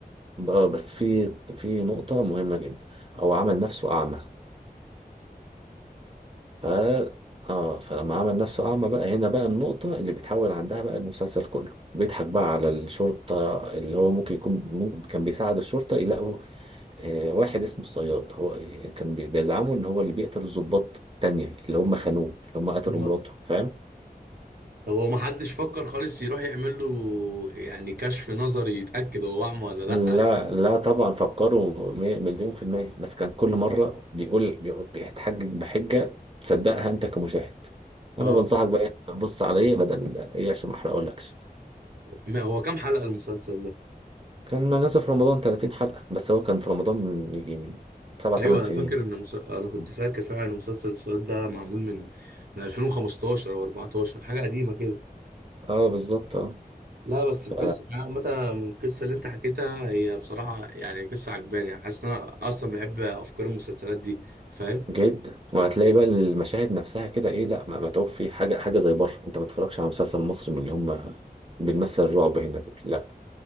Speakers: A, on the right; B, on the right.
A: بقى- بس في في نقطة مهمة جدا هو عمل نفسه أعمى ف اه فلما عمل نفسه أعمى بقى هنا بقى النقطة اللي بيتحول عندها بقى المسلسل كله بيضحك بقى على الشرطة اللي هو ممكن يكون ممكن كان بيساعد الشرطة يلاقوا آه واحد اسمه الصياد هو كان بي- بيزعموا إن هو اللي بيقتل الضباط التانية اللي هم خانوه اللي هم قتلوا
B: بجد
A: مراته فاهم؟
B: هو ما حدش فكر خالص يروح يعمل له يعني كشف نظري يتأكد هو أعمى ولا لأ
A: لا
B: يعني
A: لا طبعا فكروا مي- مليون في المية بس كان كل مرة بيقول بيقول- بيتحجج بحجة تصدقها أنت كمشاهد أنا
B: اه
A: بنصحك بقى بص عليا بدل إيه عشان ما أحرقهولكش
B: ما هو كام حلقة المسلسل ده
A: كنا نازل في رمضان 30 حلقة بس هو كان في رمضان من يجي من سبع
B: ايوه
A: تمن
B: انا
A: سنين
B: فاكر
A: يعني
B: ان مس... انا كنت
A: مم.
B: فاكر فعلا ان مسلسل السؤال ده معمول من من 2015 او 14 حاجة قديمة كده
A: اه بالظبط اه
B: لا بس القصة
A: ف-
B: يعني عامة أنا من القصة اللي انت حكيتها هي بصراحة يعني قصة عجباني حاسس ان انا اصلا بحب افكار المسلسلات دي فاهم
A: جدا وهتلاقي بقى المشاهد نفسها كده ايه لا ما متعوب في حاجة حاجة زي بره انت ما تتفرجش على مسلسل مصري من اللي هم بنمثل الرعب هنا دول لا